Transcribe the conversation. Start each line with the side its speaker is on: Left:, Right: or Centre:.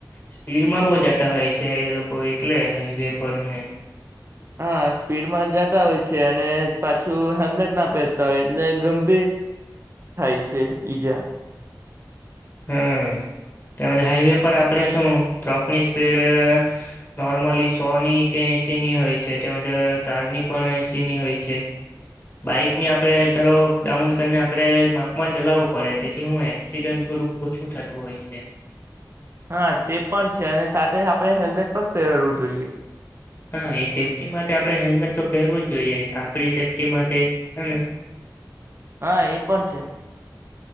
Left: સ્પીડમાં બો જતા હોય છે, એ લોકો એકલે હાઈવે પર ને
Right: હા, સ્પીડમાં જાતા હોય છે અને પાછું હેલ્મેટ ના પહેરતા હોય એટલે ગંભીર થાય છે ઈજા.
Left: હમ્મ, તેમજ હાઈવે પર આપણે શું ટ્રકની સ્પીડ નોર્મલી સો ની કે એંસીની હોય છે, તેમજ કારની પણ એંસીની હોય છે. બાઈકની આપણે ધારો ડાઉન કરીને આપણે માપમાં ચલાવવું પડે, તેથી હું એક્સિડન્ટ થોડુંક ઓછું થતું હોય છે.
Right: હા તે પણ છે અને સાથે આપણે હેલ્મેટ પણ પહેરવું જોઈએ.
Left: હા, એ સેફ્ટી માટે આપણે હેલ્મેટ તો પહેરવું જ જોઈએ, આપડી સેફ્ટી માટે હને
Right: હા, એ પણ છે.